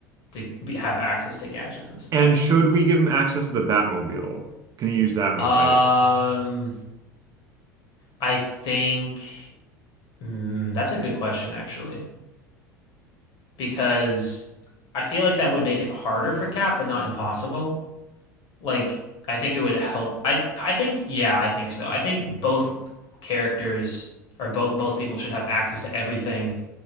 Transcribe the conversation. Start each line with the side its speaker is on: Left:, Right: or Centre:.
Left: to be, have access to gadgets and stuff.
Right: And should we give him access to the Batmobile? Can he use that in
Left: Um,
Right: the fight?
Left: I think mm, that's a good question actually, because I feel like that would make it harder for Cap, but not impossible. like I think it would help. I I think yeah, I think so. I think both characters or both both people should have access to everything